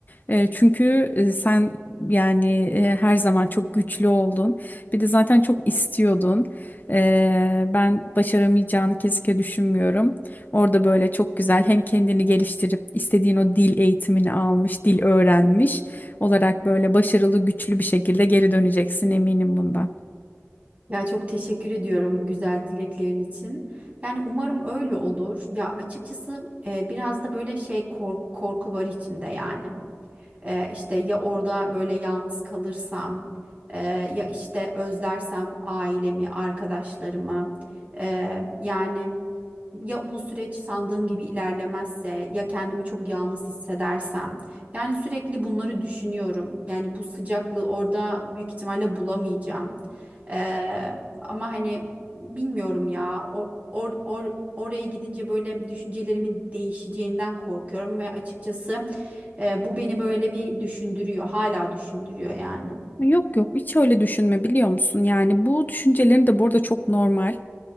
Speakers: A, on the left; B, on the right.
A: E, çünkü e, sen yani e, her zaman çok güçlü oldun. Bir de zaten çok istiyordun. E, ben başaramayacağını kesinlikle düşünmüyorum. Orada böyle çok güzel hem kendini geliştirip istediğin o dil eğitimini almış, dil öğrenmiş olarak böyle başarılı, güçlü bir şekilde geri döneceksin eminim bundan.
B: Ya çok teşekkür ediyorum güzel dileklerin için. Yani umarım öyle olur. Ya açıkçası e, biraz da böyle şey kork- korku var içinde yani. E, işte ya orada böyle yalnız kalırsam, e, ya işte özlersem ailemi, arkadaşlarımı. E, yani ya bu süreç sandığım gibi ilerlemezse ya kendimi çok yalnız hissedersem yani sürekli bunları düşünüyorum yani bu sıcaklığı orada büyük ihtimalle bulamayacağım Ee, ama hani bilmiyorum ya o, or, or, oraya gidince böyle düşüncelerimin değişeceğinden korkuyorum ve açıkçası e, bu beni böyle bir düşündürüyor hala düşündürüyor yani.
A: Yok yok hiç öyle düşünme biliyor musun? Yani bu düşüncelerin de bu arada çok normal.